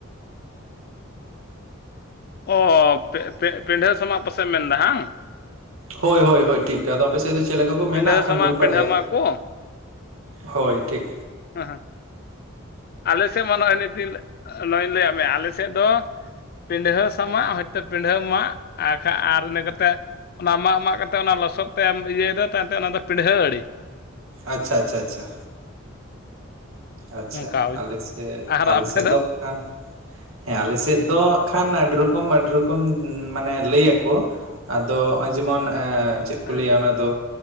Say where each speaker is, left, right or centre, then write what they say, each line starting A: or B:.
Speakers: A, on the left; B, on the right.
A: ᱚᱻ ᱯᱤᱰᱷᱟᱹ ᱥᱚᱢᱟᱜ ᱯᱟᱥᱮᱡ ᱢᱮᱱ ᱮᱫᱟ ᱵᱟᱝ
B: ᱦᱳᱭ ᱦᱳᱭ ᱦᱭ ᱴᱷᱤᱠ᱾ ᱟᱫᱚ ᱟᱯᱮ ᱥᱮᱫ ᱫᱚ ᱪᱮᱫ ᱞᱮᱠᱟ ᱠᱚ
A: ᱯᱤᱰᱷᱟᱹ
B: ᱢᱮᱱᱟ ᱠᱷᱟᱱ
A: ᱥᱟᱢᱟᱜ
B: ᱵᱟᱹᱧ
A: ᱯᱤᱰᱷᱟᱹ
B: ᱵᱟᱲᱟᱭᱟ
A: ᱢᱟᱜ ᱠᱚ
B: ᱦᱳᱭ ᱴᱷᱤᱠ᱾
A: ᱦ ᱦᱮᱸ ᱟᱞᱮ ᱥᱮᱫ ᱢᱟ ᱱᱚᱜᱼᱚᱭ ᱱᱤᱛᱤ ᱱᱚᱜᱚᱭᱧ ᱞᱟᱹᱫ ᱢᱮᱭᱟ ᱟᱞᱮ ᱥᱮᱫ ᱫᱚ ᱯᱤᱰᱷᱟᱹᱣ ᱥᱟᱢᱟᱜ ᱦᱚᱭᱛᱳ ᱯᱤᱰᱷᱟᱹᱣ ᱢᱟ ᱟᱨᱷᱟ ᱟᱨ ᱤᱱᱟᱹ ᱠᱟ ᱠᱟᱛᱮᱮᱫ ᱚᱱᱟ ᱢᱟᱜ ᱢᱟᱜ ᱠᱟᱛᱮ ᱚᱱᱟ ᱞᱚᱥᱚᱫ ᱛᱮ ᱮᱢ ᱤᱭᱟᱹᱭᱮᱫᱟ ᱛᱟᱭᱚᱢᱛᱮ ᱚᱱᱟ ᱫᱚ ᱯᱤᱰᱷᱟᱹ ᱟᱲᱮ
B: ᱟᱪᱪᱷᱟ ᱟᱪᱷᱟ ᱟᱪᱪᱷᱟ ᱟᱪᱪᱷᱟ
A: ᱚᱱᱠᱟ
B: ᱟᱞᱮ ᱥᱮᱫ
A: ᱟᱨ
B: ᱟᱞᱮ
A: ᱟᱯᱮ
B: ᱥᱮᱫ ᱫᱚ ᱠᱷᱟᱱ ᱦᱮᱸ ᱟᱞᱮ ᱥᱮᱫ ᱫᱚ ᱠᱷᱟᱱ ᱟᱹᱰᱤ ᱨᱚᱠᱚᱢ ᱟᱹᱰᱤ ᱨᱚᱠᱚᱢ ᱢᱟᱱᱮ ᱞᱟᱹᱭ ᱟᱠᱚ ᱟᱫᱚ ᱱᱚᱜᱼᱚᱭ ᱡᱮᱢᱚᱱ ᱪᱮᱫ ᱠᱚ
A: ᱦᱮᱸ
B: ᱞᱟᱹᱭᱟ ᱚᱱᱟ ᱫᱚ